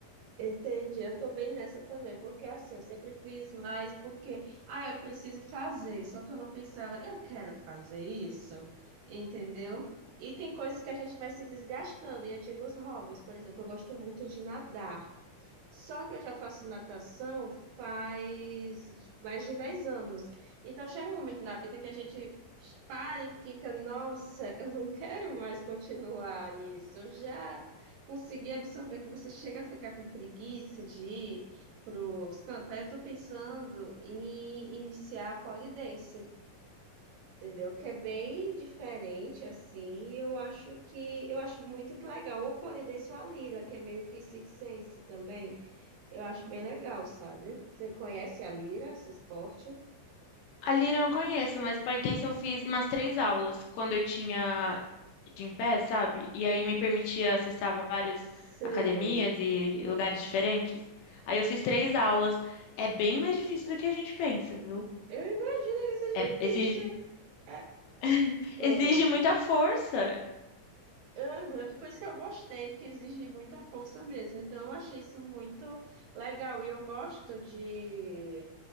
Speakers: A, on the right; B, on the left.
A: Entendi, eu tô bem nessa também, porque assim, eu sempre fiz mais porque, ah, eu preciso fazer, só que eu não pensava, eu quero fazer isso, entendeu? E tem coisas que a gente vai se desgastando em antigos hobbies, por exemplo, eu gosto muito de nadar. Só que eu já faço natação faz mais de 10 anos. Então chega um momento na vida que a gente para e fica, nossa, <laughs> eu não quero mais continuar nisso. Eu já consegui absorver que você chega a ficar com preguiça de ir para os cantos. Aí eu estou pensando em iniciar a pole dance. Entendeu? Que é bem diferente, assim, eu acho que eu acho muito legal. Ou o pole dance ou a lira, que é meio que circense também. Eu acho bem legal, sabe? Você conhece a lira, esse esporte?
B: A lira eu não conheço, mas pole dance eu fiz umas três aulas quando eu tinha de em pé, sabe? E aí me permitia acessar várias
A: Sei.
B: academias e lugares diferentes. Aí eu fiz três aulas. É bem mais difícil do que a gente pensa, viu?
A: Eu imagino que seja
B: É,
A: difícil.
B: exige,
A: É,
B: <laughs> exige
A: Oi.
B: muita força.
A: Aham, Por isso que eu gostei, porque exige muita força mesmo. Então, eu achei isso muito legal. E eu gosto de.